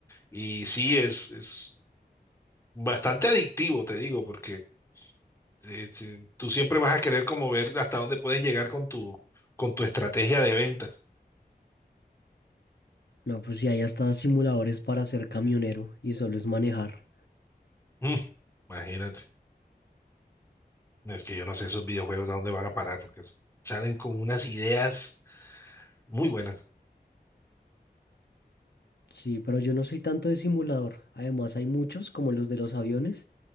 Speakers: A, on the left; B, on the left.
A: Y sí, es, es bastante adictivo, te digo, porque eh, si- tú siempre vas a querer como ver hasta dónde puedes llegar con tu, con tu estrategia de ventas.
B: No, pues sí, hay hasta simuladores para ser camionero y solo es manejar.
A: Mm, imagínate. Es que yo no sé esos videojuegos a dónde van a parar, porque s- salen con unas ideas muy buenas.
B: Sí, pero yo no soy tanto de simulador. Además, hay muchos, como los de los aviones,